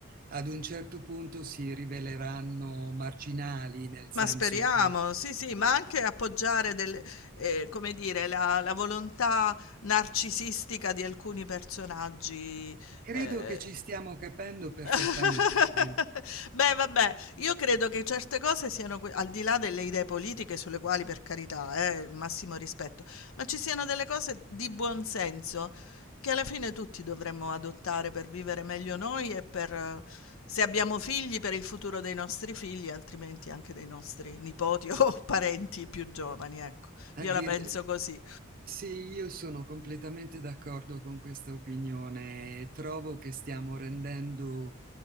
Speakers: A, on the right; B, on the left.
A: ad un certo punto si riveleranno marginali, nel
B: Ma
A: senso
B: speriamo,
A: che
B: sì, sì, ma anche appoggiare del ehm, come dire, la la volontà narcisistica di alcuni personaggi,
A: credo
B: ehm
A: che ci stiamo capendo perfettamente.
B: <laughs>
A: eh.
B: Beh, vabbè, io credo che certe cose siano, que- al di là delle idee politiche, sulle quali per carità, eh, massimo rispetto, ma ci siano delle cose di buon senso che alla fine tutti dovremmo adottare per vivere meglio noi e per, eh, se abbiamo figli, per il futuro dei nostri figli, altrimenti anche dei nostri nipoti <laughs> o parenti più giovani, ecco.
A: A
B: Io
A: dire,
B: la penso così.
A: Sì, io sono completamente d'accordo con questa opinione. Trovo che stiamo rendendo